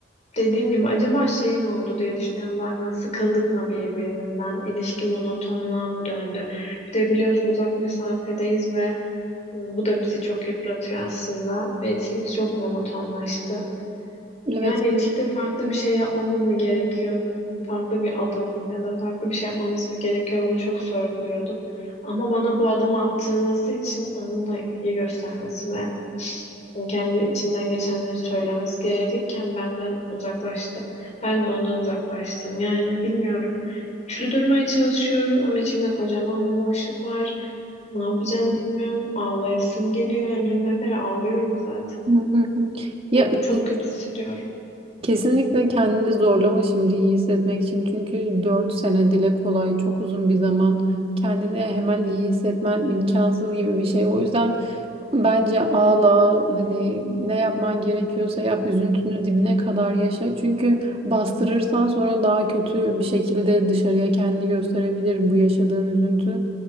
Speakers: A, on the left; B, on the right.
A: dediğim gibi acaba şey mi oldu diye düşünüyorum bazen sıkıldık mı birbirimizden ilişki monotonluğa mı döndü bir de biliyorsun uzak mesafedeyiz ve bu da bizi çok yıpratıyor aslında ve ilişkimiz çok monotonlaştı
B: Evet.
A: yani ilişkide farklı bir şey yapmamız mı gerekiyor? Farklı bir adım ya da farklı bir şey yapmamız mı gerekiyor? Bunu çok sorguluyordum. Ama bana bu adımı attırması için onun da ilgi göstermesi ve kendi içinden geçenleri söylemesi gerekirken benden uzaklaştı. Ben de ondan uzaklaştım. Yani bilmiyorum. Güçlü durmaya çalışıyorum ama içimde kocaman bir boşluk var. Ne yapacağım bilmiyorum. Ağlayasım geliyor. Yani dünden beri ağlıyorum zaten.
B: Hı hı hı. Ya
A: Diyorum,
B: ke-
A: Çok kötü hissediyorum.
B: kesinlikle kendini zorlama şimdi iyi hissetmek için. Çünkü 4 sene dile kolay çok uzun bir zaman. Kendini hemen iyi hissetmen imkansız gibi bir şey. O yüzden bence ağla hani ne yapman gerekiyorsa yap üzüntünü dibine kadar yaşa. Çünkü bastırırsan sonra daha kötü bir şekilde dışarıya kendini gösterebilir bu yaşadığın üzüntü.